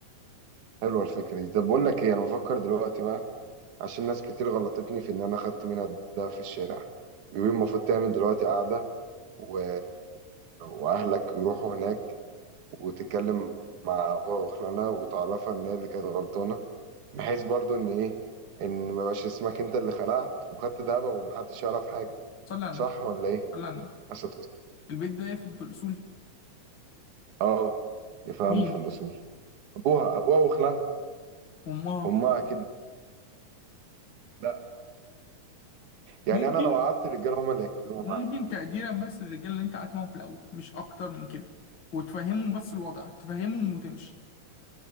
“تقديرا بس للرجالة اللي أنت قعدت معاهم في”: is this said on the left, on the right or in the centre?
Left